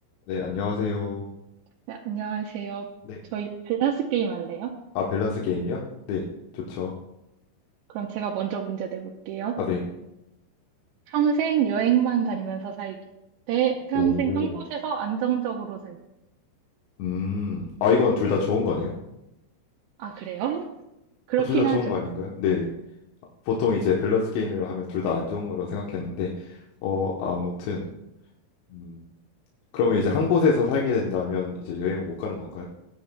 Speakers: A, on the left; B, on the right.
A: 네, 안녕하세요.
B: 네, 안녕하세요.
A: 네.
B: 저희 밸런스 게임 할래요?
A: 아, 밸런스 게임이요? 네, 좋죠.
B: 그럼 제가 먼저 문제 내볼게요.
A: 아, 네.
B: 평생 여행만 다니면서 살기. 대 평생
A: 오,
B: 한 곳에서 안정적으로 살기.
A: 음. 아, 이건 둘 다 좋은 거네요?
B: 아, 그래요? <laughs> 그렇긴
A: 어, 둘다 좋은
B: 하죠.
A: 거 아닌가요? 네. 네. 보통 이제 밸런스 게임이라 하면 둘 다 안 좋은 거라 생각했는데, 어, 아무튼, 음. 그러면 이제 한 곳에서 살게 된다면 이제 여행을 못 가는 건가요?